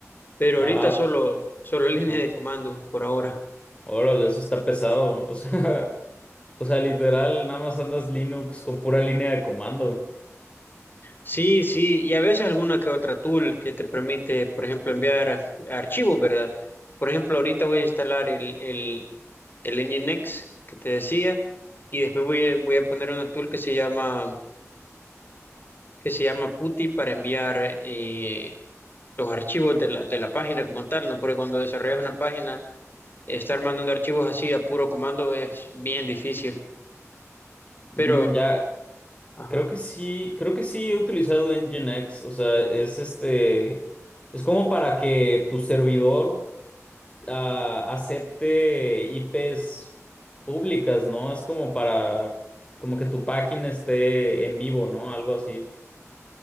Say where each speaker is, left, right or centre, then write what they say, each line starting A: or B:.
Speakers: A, on the left; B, on the left.
A: Pero
B: Ah,
A: ahorita solo, solo <laughs> línea
B: ajá.
A: de comando por ahora.
B: Órale, eso está pesado. O sea, <laughs> o sea, literal, nada más andas Linux con pura línea de comando.
A: Sí, sí, y a veces alguna que otra tool que te permite, por ejemplo, enviar a- archivos, ¿verdad? Por ejemplo, ahorita voy a instalar el, el, el Nginx que te decía, y después voy a, voy a poner una tool que se llama que se llama PuTTY para enviar eh, los archivos de la, de la página como tal, ¿no? Porque cuando desarrollas una página, estar mandando archivos así a puro comando es bien difícil.
B: Mm,
A: Pero,
B: ya,
A: ajá.
B: Creo que sí, creo que sí he utilizado Nginx, o sea, es este, es como para que tu servidor ah, acepte IPs públicas, ¿no? Es como para, como que tu página esté en vivo, ¿no? Algo así,